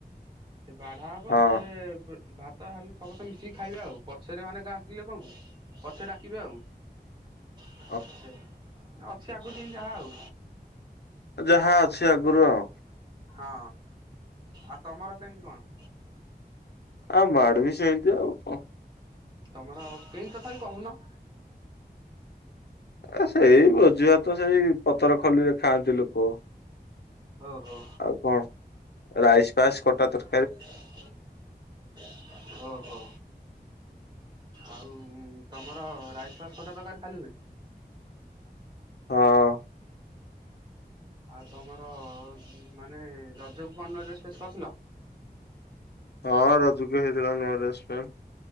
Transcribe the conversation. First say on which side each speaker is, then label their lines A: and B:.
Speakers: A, on the right (about 25°); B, on the left (about 80°).
A: ସେ ବାଢା ହବ ପା
B: ହଁ
A: ସେ ଭାତ ଖାଲି ସମସ୍ତେ ମିଶିକି ଖାଇବେ ଆଉ ପଛରେ ମାନେ ଗାଁ ଆସିଥିଲେ କଣଙ୍କୁ ପଛେ ଡାକିବେ ଆଉ
B: <unintelligible>
A: ସେ ଅଛି ଆଗକୁ ଦିନ ଯାହା ଆଉ
B: ଯାହା ଅଛି ଆଗରୁ ଆଉ।
A: ହଁ ଆଉ ତମର କେମିତି କଣ?
B: ହଁ ଆମ ଆଡ଼େ ବି ସେମିତି ଆଉ କଣ?
A: ତମର କେଇ କଥା ବିି କହୁନ?
B: ଏ ସେଇ ଭୋଜି ଭାତ ସେଇ ପତର ଖଲିରେ ଖାଆନ୍ତି ଲୋକ।
A: ଓହୋ।
B: ଆଉ କଣ ରାଇସ୍ ପାସ୍ ଖଟା ତର
A: <inaudible> ଓହୋ। ଆଉ ତମର ରାଇସ୍ ପାସ ଖଟା ପ୍ରକାର ଖାଲି ହୁଏ?
B: ହଁ।
A: ଆଉ ତମର ମାନେ ରଜକୁ ଅନ୍ୟ ଡ୍ରେସ ଫେସ୍ କରିଥିଲ
B: ହଁ ରଜୁକୁ ହେଇଥିଲା ନୂଆ ଡ୍ରେସ୍ ଟେ।